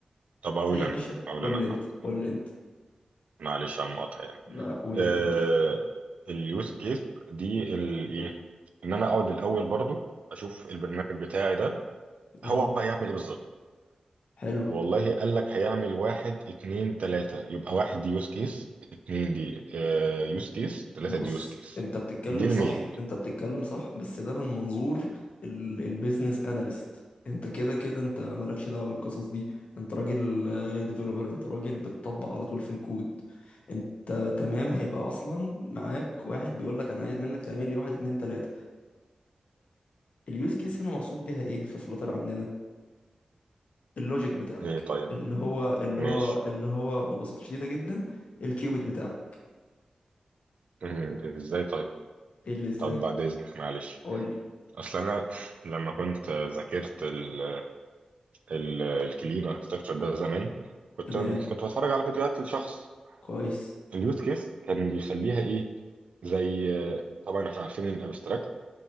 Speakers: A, on the right; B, on the left.
A: طب اقول
B: ده يا
A: انا
B: باشا
A: اقول
B: قول
A: انا
B: لي
A: حاضر
B: انت قول لي انت
A: معلش على المقاطعه يعني
B: لا قول
A: آه
B: انت يا باشا
A: اليوز كيس دي ال... إيه؟ ان انا اقعد الاول برضو اشوف البرنامج بتاعي ده
B: اه
A: هو هيعمل ايه بالظبط
B: حلو
A: والله قال لك هيعمل واحد اتنين تلاتة يبقى واحد دي يوز كيس اتنين دي آه يوز كيس تلاتة
B: بص
A: دي يوز كيس
B: انت بتتكلم
A: دي المين
B: صح انت بتتكلم صح بس ده من منظور ال- البيزنس اناليست انت كده كده انت مالكش دعوه بالقصص دي انت راجل ديفلوبر انت راجل بتطبق على طول في الكود انت تمام هيبقى اصلا معاك واحد بيقول لك انا عايز منك تعمل لي واحد اتنين تلاته فاليوز كيس هنا مقصود بيها ايه في فلاتر عندنا اللوجيك بتاعك
A: إيه طيب
B: اللي هو اللي
A: ماشي
B: هو اللي هو ببساطه شديده جدا الكيوبيت بتاعك
A: مم، ازاي طيب
B: ايه اللي ازاي
A: طب بعد إذنك معلش
B: قول لي
A: أصل أنا لما كنت ذاكرت ال ال الكلين اركتكتشر ده زمان كنت
B: تمام
A: كنت بتفرج على فيديوهات لشخص
B: كويس
A: اليوز كيس كان بيخليها إيه زي طبعا إحنا عارفين الأبستراكت